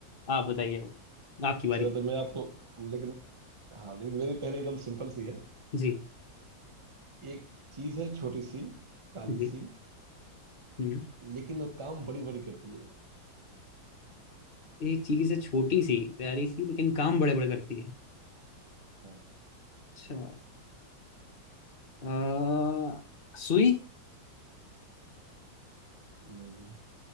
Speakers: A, on the left (about 35°); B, on the right (about 25°).
A: आप बताइए आपकी बारी
B: चलो तो मैं आपको लेकिन हाँ लेकिन मेरी पहले एकदम सिंपल सी है
A: जी
B: एक चीज है छोटी सी काली
A: जी
B: सी
A: हम्म
B: लेकिन वो काम बड़ी बड़ी करती है
A: एक चीज से छोटी सी प्यारी सी लेकिन काम बड़े बड़े करती है
B: हाँ
A: अच्छा अ, सुई
B: नहीं